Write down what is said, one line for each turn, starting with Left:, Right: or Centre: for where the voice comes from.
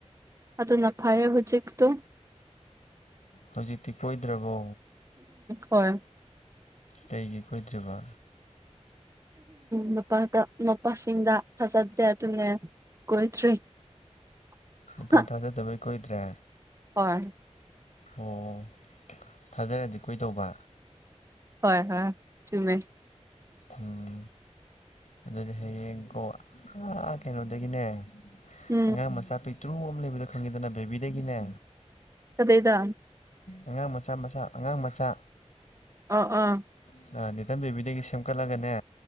Right: ꯑꯗꯨꯅ ꯐꯩꯌꯦ ꯍꯧꯖꯤꯛꯇꯣ
Left: ꯍꯧꯖꯤꯛꯇꯤ ꯀꯣꯏꯗ꯭ꯔꯕꯣ
Right: ꯍꯣꯏ
Left: ꯀꯩꯒꯤ ꯀꯣꯏꯗ꯭ꯔꯤꯕ
Right: ꯅꯨꯄꯥꯗ ꯅꯨꯄꯥꯁꯤꯡꯗ ꯊꯥꯖꯗꯦ ꯑꯗꯨꯅꯦ ꯀꯣꯏꯗ꯭ꯔꯤ
Left: ꯅꯨꯄꯥ
Right: ꯍꯥ
Left: ꯊꯥꯖꯗꯕꯩ ꯀꯨꯏꯗ꯭ꯔꯦ
Right: ꯍꯣꯏ
Left: ꯑꯣ ꯊꯥꯖꯔꯗꯤ ꯀꯣꯏꯗꯧꯕ
Right: ꯍꯣꯏ ꯍꯣꯏ ꯆꯨꯝꯃꯦ
Left: ꯎꯝ ꯑꯗꯨꯗꯤ ꯍꯌꯦꯡꯀꯣ ꯑꯥ ꯀꯩꯅꯣꯗꯒꯤꯅꯦ
Right: ꯎꯝ
Left: ꯑꯉꯥꯡ ꯃꯆꯥ ꯄꯤꯇ꯭ꯔꯨ ꯑꯃ ꯂꯩꯕꯗꯣ ꯈꯪꯉꯦꯗꯅ ꯕꯦꯕꯤꯗꯒꯤꯅꯦ
Right: ꯀꯗꯩꯗ
Left: ꯑꯉꯥꯡ ꯃꯆꯥ ꯃꯆꯥ ꯑꯉꯥꯡ ꯃꯆꯥ
Right: ꯑꯣ ꯑꯥ
Left: <unintelligible> ꯕꯦꯕꯤꯗꯒꯤ ꯁꯦꯝꯀꯠꯂꯒꯅꯦ